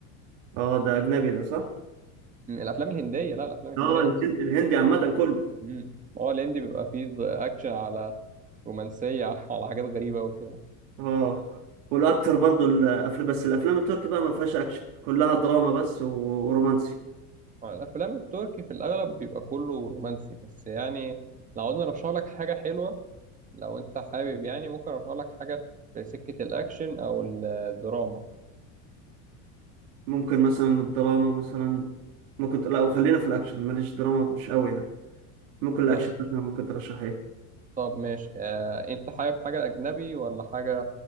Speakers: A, on the right (about 65°); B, on the right (about 20°).
A: اه ده أجنبي ده صح؟
B: مم، الافلام الهنديه لا الافلام الهنديه
A: اه الهن-
B: قصدي
A: الهندي عامة كله
B: مم. ما هو الهندي بيبقى فيه اكشن على رومانسيه <laughs> على حاجات غريبه وكده
A: اه والاكتر برضو الافلام بس الافلام التركي بقى ما فيهاش اكشن كلها دراما بس و- ورومانسي
B: آه، الافلام التركي في الاغلب بيبقى كله رومانسي بس يعني لو عاوزني ارشح لك حاجه حلوه لو انت حابب يعني ممكن ارشح لك حاجه في سكه الاكشن او الدراما
A: ممكن مثلا الدراما مثلا ممكن لا وخلينا في الاكشن ماليش دراما مش قوي يعني ممكن الاكشن
B: بص
A: مثلا ممكن ترشح ايه
B: طب ماشي آه، انت حابب حاجه اجنبي ولا حاجه